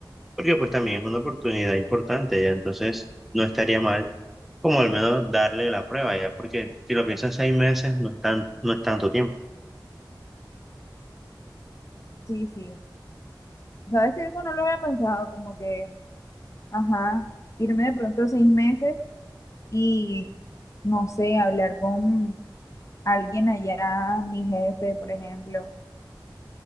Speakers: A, in the centre; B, on the left.
A: Porque pues también es una oportunidad importante, ya entonces no estaría mal como al menos darle la prueba, ya porque si lo piensas seis meses no es tan, no es tanto tiempo.
B: Sí, sí. ¿Sabes que Eso no lo había pensado, como que, ajá, irme de pronto seis meses y no sé, hablar con alguien allá, mi jefe, por ejemplo,